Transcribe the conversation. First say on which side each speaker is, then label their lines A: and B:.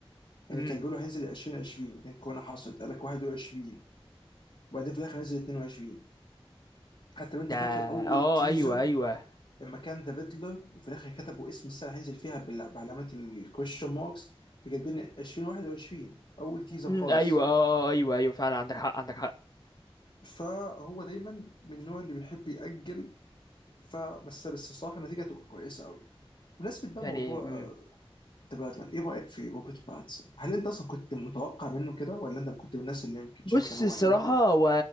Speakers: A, on the left; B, on the left.
A: يعني
B: امم
A: كان بيقولوا هينزل 2020 بعدين كورونا حصلت قال لك 21 وبعدين في الاخر نزل 22 حتى لو انت
B: ده
A: فاكر اول
B: اه
A: تيزر
B: ايوه ايوه
A: لما كان ذا بيتلر وفي الاخر كتبوا اسم السنه هينزل فيها بال- بعلامات الكويشن ماركس كاتبين 2021 اول تيزر
B: امم
A: خالص
B: ايوه اه آه، ايوه ايوه فعلا عندك حق عندك حق
A: فهو دايما من النوع اللي بيحب يأجل فبس بس الصراحه النتيجه تبقى كويسه قوي بمناسبة بقى
B: يعني
A: موضوع
B: مم.
A: آه، ذا باتمان ايه رأيك في روبرت باتسون؟ هل انت اصلا كنت متوقع منه كده ولا انت كنت من الناس اللي يمكن
B: بص
A: شايفه ان هو
B: الصراحة
A: ياخد
B: هو